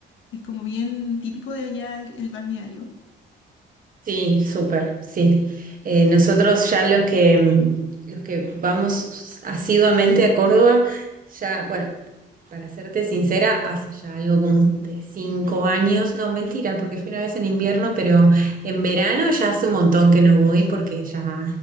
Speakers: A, on the left (about 75°); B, on the right (about 45°).
A: Es como bien típico de allá el, el balneario.
B: Sí, súper, sí. Eh, nosotros ya los que, mm, los que vamos asiduamente a Córdoba, ya, bueno, para serte sincera, hace ya algo como de cinco años, no, mentira, porque fui una vez en invierno, pero en verano ya hace un montón que no voy porque ya